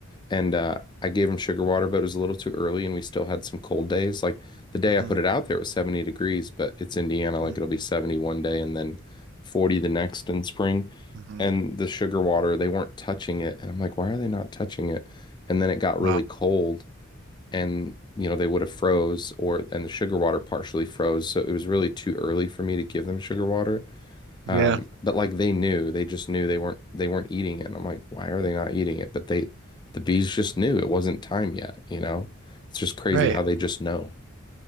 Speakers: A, on the left (about 20°); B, on the right (about 55°).
A: and uh, I gave him sugar water, but it was a little too early, and we still had some cold days. Like the day
B: hmm
A: I put it out there, it was 70 degrees, but it's Indiana,
B: mm,
A: like it'll be seventy one day and then 40 the next in spring.
B: hmm
A: And the sugar water, they weren't touching it, and I'm like, why are they not touching it? And then it got really
B: Wow.
A: cold, and you know they would have froze, or and the sugar water partially froze, so it was really too early for me to give them sugar water. Um,
B: Yeah,
A: but like they knew, they just knew they weren't they weren't eating it. And I'm like, why are they not eating it? But they the bees just knew it wasn't time yet, you know? It's just crazy
B: right.
A: how they just know.